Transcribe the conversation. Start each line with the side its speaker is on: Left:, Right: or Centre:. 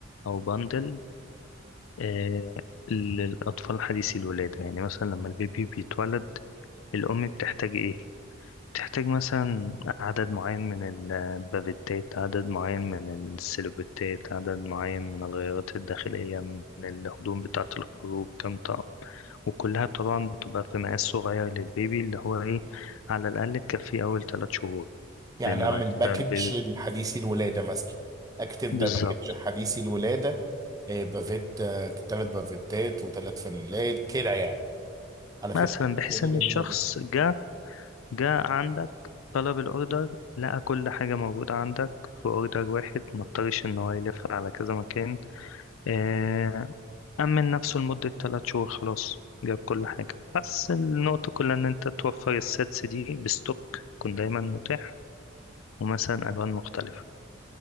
Left: او بندل آه للأطفال حديثي الولادة يعني مثلا لما البيبي بيتولد الأم بتحتاج ايه تحتاج مثلا عدد معين من البافيتات عدد معين من السيلوبيتات عدد معين من الغيارات الداخلية من الهدوم بتاعة الخروج كام طقم وكلها طبعا بتبقى في مقاس صغير للبيبي اللي هو ايه على الأقل تكفيه أول ثلاث شهور
Right: يعني
Left: لأن
Right: اعمل
Left: بعد كده
Right: باكج
Left: البيبي
Right: لحديثي الولاده مثلا اكتب
Left: بالظبط
Right: ده باكج حديثي الولاده آه، بافيت ثلاث بافيتات وثلاث فانيلات كده يعني على
Left: مثلا
Right: فكره الفكرة
Left: بحيث
Right: دي
Left: إن
Right: جميله
Left: الشخص جه جه عندك طلب الأوردر لقى كل حاجة موجودة عندك في أوردر واحد مضطرش إن هو يلف على كذا مكان آه، أمن نفسه لمدة تلات شهور خلاص جاب كل حاجة بس النقطة كلها إن أنت توفر السيتس دي بستوك يكون دايما متاح ومثلا ألوان مختلفة